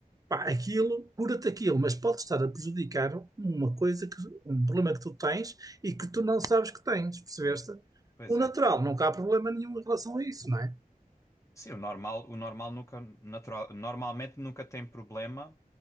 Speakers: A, on the right; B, on the left.
A: Pá, aquilo, cura-te aquilo, mas pode estar a prejudicar uma coisa que, um problema que tu tens e que tu não sabes que tens, percebeste?
B: Sim, pois
A: O natural,
B: é.
A: nunca há problema nenhum em relação a isso, não é?
B: Sim, o normal, o normal nunca, natural, normalmente nunca tem problema